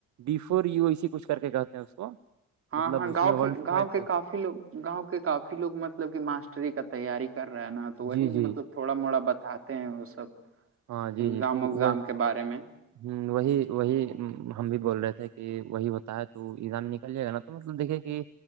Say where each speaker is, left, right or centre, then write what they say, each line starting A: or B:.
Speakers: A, on the right; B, on the right.
A: بفور یو ایی کچھ کر کے کہتے ہیں اس کو-
B: ہاں-
A: مطلب
B: ہاں
A: اس
B: گاؤں
A: میں
B: کے
A: ون ٹو
B: گاؤں
A: فائیو
B: کے
A: تک
B: کافی لوگ- گاؤں کے کافی لوگ مطلب کہ ماسٹری کا تیاری کر رہا ہے نا تو وہی
A: جی جی
B: مطلب تھوڑا موڑا بتاتے ہیں وہ سب
A: ہاں جی
B: اگزام
A: جی تو
B: وگزام
A: وہ
B: کے بارے میں
A: ہ وہی وہی ہم بھی بول رہے تھے کہ وہی ہوتا ہے تو ایزام نکل جائے گا نا مطلب دیکے کہ